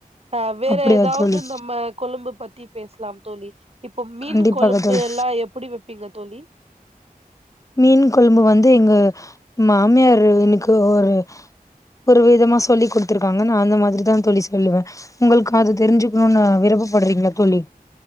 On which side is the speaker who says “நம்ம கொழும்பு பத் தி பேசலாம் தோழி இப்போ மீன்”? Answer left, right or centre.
Right